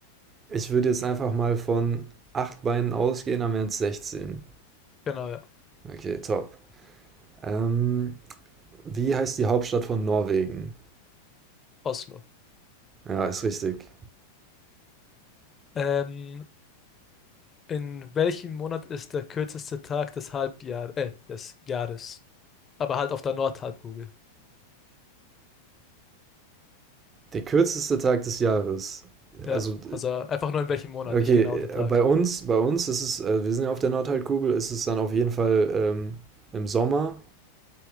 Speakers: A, on the right; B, on the left.
A: ich würde jetzt einfach mal von acht Beinen ausgehen, dann wären es 16.
B: Genau, ja.
A: Okay, top. Ähm, wie heißt die Hauptstadt von Norwegen?
B: Oslo.
A: Ja, ist richtig.
B: Ähm, in welchem Monat ist der kürzeste Tag des Halbjahr, äh, des Jahres? Aber halt auf der Nordhalbkugel.
A: Der kürzeste Tag des Jahres.
B: Ja,
A: Also,
B: also einfach nur in welchem Monat,
A: äh, okay,
B: nicht genau der
A: äh,
B: Tag.
A: bei uns, bei uns ist es, äh, wir sind ja auf der Nordhalbkugel, ist es dann auf jeden Fall ähm, im Sommer.